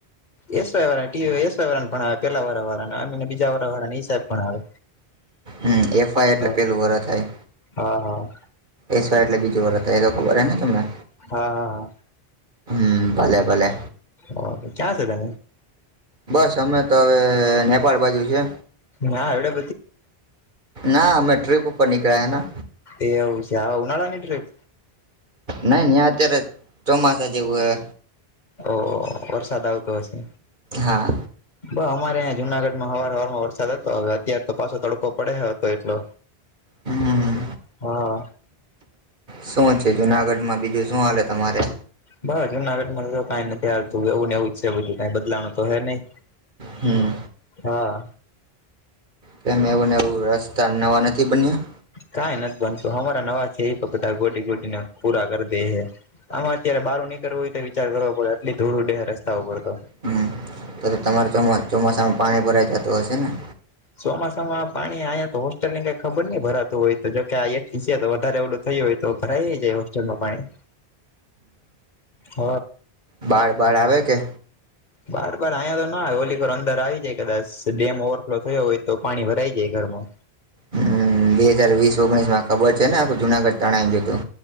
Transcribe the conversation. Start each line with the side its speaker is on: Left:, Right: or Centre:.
Left: એસ વાય વારા ભણાવે પણ આવે પેલા વાર ભણાવે આવીને બીજા વાર વાળાને ઈ સાહેબ ભણાવે
Right: હમ એફઆઈ એટલે
Left: હા
Right: પેલું વર થાય
Left: હા
Right: એસ વાય એટલે બીજું વર હતા એ તો ખબર હે ને તમને
Left: હા હા હા
Right: હ ભલે ભલે
Left: ઓ ક્યાં છે તને
Right: બસ અમે તો હવે નેપાળ બાજુ છે
Left: ના એવડે
Right: ના અમે ટ્રીપ ઉપર નીકળ્યા હે ને
Left: એ આવવું છે આ ઉનાળા ની ટ્રીપ
Right: નહી અત્યારે ચોમાસા જેવું હે
Left: ઓ વરસાદ આવતો હશે
Right: હા
Left: બ અમારે જુનાગઢમાં હવાર હવારમાં વરસાદ હતો હવે અત્ય્યારે તો પાછો તડકો પડે હતો એટલો
Right: હમ
Left: હા
Right: શું છે જુનાગઢમાં બીજું શું હાલે તમારે
Left: બસ જુનાગઢ માં તો કઈ નથી હાલતું એવું એવું જ છે બધું કાય બદલાણ તો હે નહી
Right: હમ
Left: હા
Right: કેમ એવુંને એવું રસ્તા નવા નથી બન્યા
Left: કઈ નથી બનતું અમારા નવા છે એ પણ બધા ગોટી ગોટીને પૂરા કરી દે છે આમાં અત્યારે બહાર નીકળવું હોય તો વિચાર કરવો પડે આટલી થોડ ઉડે રસ્તા ઉપર તો
Right: હમ તો તો તમારે ચોમાસામાં પાણી ભરાઈ જતું હશે ને
Left: ચોમાસામાં પાણી આયા તો હોસ્ટેલ ની કઈ ખબર નહી ભરાતું હોય તો જોકે આ એક છે તો વધારે ઓલું થાય હો તો ભરાયજાય હોલમાં હ
Right: બાર બાર આવે કે
Left: બાર બાર અહીંયા તો ના હોલીોર અંદર આવી જાય કદાચ ડેમ ઓવરફ્લો થયો હોય તો પાણી ભરાઈ જાય ઘરમાં
Right: હ બે હાજાર વીસ ઓગણીસ માં ખબર છે ને આખું જુનાગઢ તણાઈને જોતું